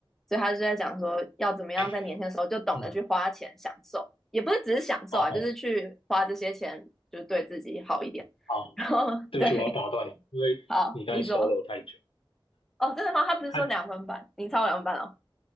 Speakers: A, in the centre; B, on the left.
A: 所以他就在讲说，要怎么样在年轻的时候就懂得去花钱享受，
B: 哎，嗯
A: 也不是只是享受啊，
B: ，OK，
A: 就是去花这些钱，就是对自己好一点。
B: 好，
A: 然后对，
B: 对不起，我要打断你，因为你刚才
A: 好，你说
B: solo 太久。
A: 哦，真的吗？他不是说两分半，
B: 太。
A: 你超过两分半哦。